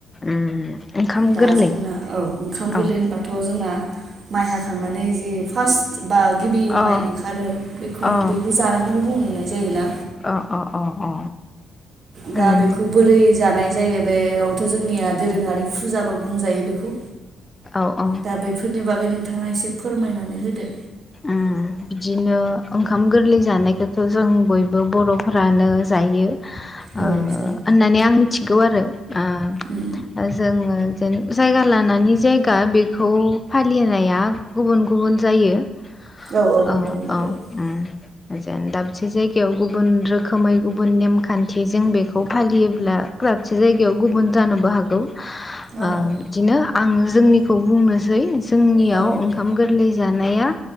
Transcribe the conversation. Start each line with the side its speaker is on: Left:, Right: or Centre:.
Left: उम ओंखाम
Right: दा
Left: गोरलै
Right: जोंना, औ ओंखाम गोरलै
Left: औ
Right: होनबाथ' जोंना माइ हाखांनानै जि फास्र्ट बा गिबि
Left: अ
Right: माइ ओंखारो बेखौ
Left: अ
Right: बेखौ जानायखौनो बुंनाय जायोना?
Left: अ अ अ अ।
Right: दा
Left: उम
Right: बेखौ बोरै जानाय जायो बेयावथ' जोंनिया दोरोङारि फुजाबो बुंजायो बेखौ
Left: औ औ
Right: दा बेफोरनि बागै नोंथाङा एसे फोरमायनानै होदो।
Left: उम। बिदिनो ओंखाम गोरलै जानायखौथ' जों बयबो बर'फ्रानो जायो। ओ
Right: औ जायो
Left: होननानै आं मिथिगौ आरो ओ
Right: उम
Left: जोङो बिदिनो जायगा लानानै जायगा बेखौ फालिनाया गुबुन गुबुन जायो। ओ
Right: औ औ गुबुन गुबुन जायो
Left: औ उम। जेन दाबसे जायगायाव गुबुन रोखोमै गुबुन नेमखान्थिजों बेखौ फालियोब्ला दाबसे जायगायाव गुबुन जानोबो हागौ। ओ
Right: औ
Left: बिदिनो आङो जोंनिखौ बुंनोसै जोंनियाव
Right: औ
Left: ओंखाम
Right: दे
Left: गोरलै जानाया